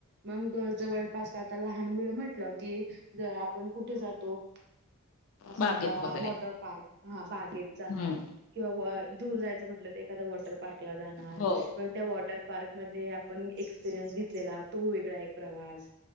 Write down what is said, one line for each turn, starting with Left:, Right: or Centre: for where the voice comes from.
Right: मंग जवळपास आता लहान मुलं म्हटलं की, ज आपण कुठे जातो? समजा
Left: बागेत वगैरे.
Right: वॉटर पार्क, हा बागेत जाणार
Left: हं,
Right: किवा <unintelligible> दूर जायचं म्हटलं त एखाद्या वॉटर पार्कला जाणार,
Left: हो,
Right: मंग त्या वॉटरपार्क मध्ये आपण एक्सपिरियन्स घेतलेला, तो वेगळा एक प्रवास